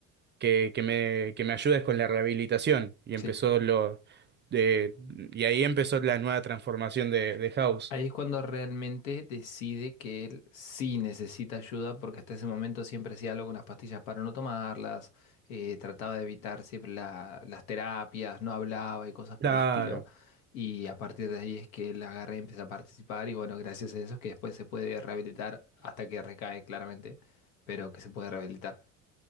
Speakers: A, on the right; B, on the left.
A: que, que me, que me ayudes con la rehabilitación. Y empezó
B: sí.
A: lo de, y ahí empezó la nueva transformación de, de House.
B: Ahí es cuando realmente decide que él sí necesita ayuda, porque hasta ese momento siempre hacía algo con las pastillas para no tomarlas, eh, trataba de evitar siempre la- las terapias, no hablaba y cosas por
A: Claro.
B: el estilo. Y a partir de ahí es que él agarra y empieza a participar, y bueno, gracias a eso es que después se puede rehabilitar hasta que recae claramente, pero que se puede rehabilitar.